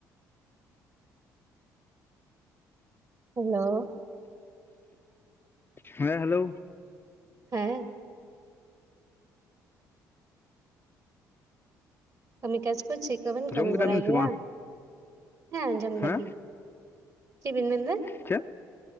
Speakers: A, on the right; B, on the left.
A: ᱦᱮᱞᱳ
B: ᱦᱮᱸ ᱦᱮᱞᱳ
A: ᱦᱮᱸ ᱠᱟᱹᱢᱤ ᱠᱟᱡᱽ ᱠᱚ ᱪᱮᱫ ᱠᱚᱵᱮᱱ
B: ᱡᱚᱢ
A: ᱠᱟᱹᱢᱤ
B: ᱠᱮᱫᱟ
A: ᱵᱟᱲᱟᱭ
B: ᱵᱤᱱ
A: ᱜᱮᱭᱟ
B: ᱥᱮ ᱵᱟᱝ
A: ᱦᱮᱸ ᱟᱸᱡᱚᱢ ᱫᱟᱞᱤᱧ
B: ᱦᱮᱸ
A: ᱪᱮᱫ ᱵᱤᱱ ᱢᱮᱱᱫᱟ
B: ᱪᱮᱫ?